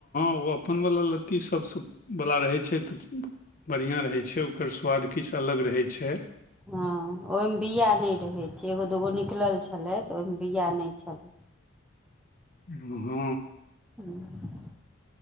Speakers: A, on the left; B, in the centre.
A: ओ अपनवला लत्ती सभसँवला रहै छै तऽ बढ़िआँ रहै छै ओकर स्वाद किछ अलग रहै छै
B: हँ ओहिमे बीया नै रहै छै एगो दूगो निकलल छलै त ओहिमे बीया नहि छलै
A: <unintelligible>
B: हूँ